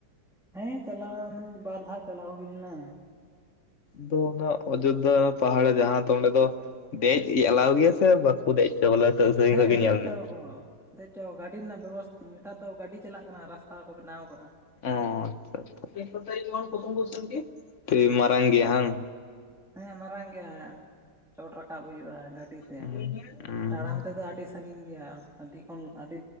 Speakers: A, in the centre; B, on the left (about 50°).
A: ᱦᱮᱸ ᱪᱟᱞᱟᱣ ᱢᱤᱫ ᱵᱟᱨ ᱫᱷᱟᱣ ᱪᱟᱞᱟᱣ ᱦᱩᱭ ᱞᱮᱱᱟ᱾
B: ᱫᱚ ᱚᱱᱟ ᱚᱡᱳᱫᱽᱫᱷᱟ ᱯᱟᱦᱟᱲ ᱡᱟᱦᱟᱸ ᱫᱚ ᱚᱸᱰᱮ ᱫᱚ᱾ ᱫᱮᱡ ᱮᱞᱟᱣ ᱜᱮᱭᱟ ᱥᱮ ᱵᱟᱠᱚ ᱫᱮᱡ ᱪᱚ ᱵᱚᱞᱮ? ᱥᱟᱺᱜᱤᱧ ᱥᱟᱺᱜᱤᱧ
A: ᱦᱮᱸ
B: ᱠᱷᱚᱡ ᱜᱮ
A: ᱫᱮᱡ
B: ᱧᱮᱞ
A: ᱪᱚ
B: ᱢᱮ?
A: ᱣᱟᱜᱟᱠᱚ ᱫᱮᱡ ᱪᱚ ᱣᱟᱜᱟᱠᱩ ᱜᱟᱹᱰᱤ ᱨᱮᱱᱟᱜ ᱵᱮᱵᱚᱥᱛᱟ ᱾ ᱱᱮᱛᱟᱨ ᱫᱚ ᱜᱟᱹᱰᱤ ᱪᱟᱞᱟᱜ ᱠᱟᱱᱟ ᱨᱟᱥᱛᱟ ᱠᱚ ᱵᱮᱱᱟᱣ ᱟᱠᱟᱜ-ᱟ ᱾
B: ᱚ ᱟᱪᱪᱷᱟ ᱟᱪᱪᱷᱟ ᱟᱰᱤ ᱢᱟᱨᱟᱝ ᱜᱮᱭᱟ ᱦᱟᱝ?
A: ᱦᱮᱸ ᱢᱟᱨᱟᱝ ᱜᱮᱭᱟ ᱾ ᱪᱚᱴ ᱨᱟᱠᱟᱵ ᱦᱩᱭᱩᱜ-ᱟ ᱜᱟᱹᱰᱤ ᱛᱮ
B: ᱦᱩᱸ
A: ᱛᱟᱲᱟᱢ ᱛᱮᱫᱚ ᱟᱹᱰᱤ ᱥᱟᱺᱜᱤᱧ ᱜᱮᱭᱟ ᱾ ᱟᱹᱰᱤ ᱠᱷᱚᱱ ᱟᱹᱰᱤ